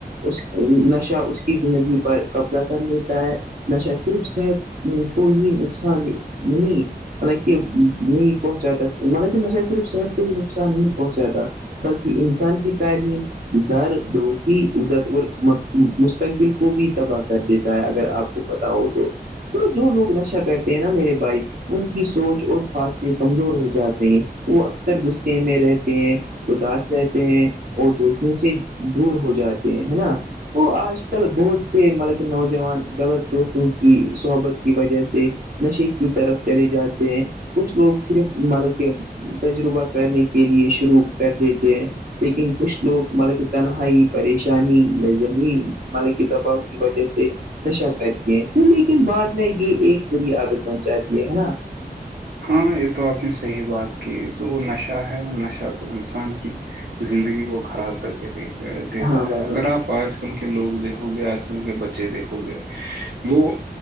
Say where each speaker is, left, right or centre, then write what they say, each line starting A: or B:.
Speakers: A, on the right; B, on the right.
A: اس نشہ اس کی زندگی پر قبضہ کر لیتا ہے نشا صرف صح کو ہی نقصان نہیں مطلب کہ نہیں پہنچاتا مطلب کہ نشید صرف صحت کوہ ہی نقصان نہیں پہنچاتا بلکہ انسان کی تعلیم گھر دوستی عزت اور ت دل کو بھی تباہ کر دیتا ہے اگر آپ کو پت ہو تو تو جو لوگ نشہ کرتے ہیں نا میرے بھائیک ان کی سوچ اور فاصلے کمزور ہو جاتے ہیں وہ اکثر غصے میں رہتے ہیں اداس رہتے ہیں اور دوستوں سے دور ہو جاتے ہیں ہے نا تو آج کل بہت سے مطلب کہ نوجوان غلط دوستوں کی صحبت کی وجہ سے نشے کی طرف چلے جاتے ہیں کچھ لوگ صرف مطلب کہ تجربہ کرنے کے لیے شروع کر دیتے ہیں لیکن کچھ لوگ مل کی تنہائی پریشانی یا ذہنی مل کے دباؤ کی وجہ سے نشہ کرتی ہیں لیکن بعد میں یہ ایک بری عادت بن جاتی ہے نا
B: ہاں یہ تو آپ نے صحیح بات کی جو نشہ ہے نشہ تو انسان زندگی کو خراب کر کے دیک دیتا
A: ہاں
B: ہے
A: بھائی
B: اگر
A: جان
B: آپ آج آ کل کے لوگ دیکھو گے آج کل کے بچے دیکھو گے وہ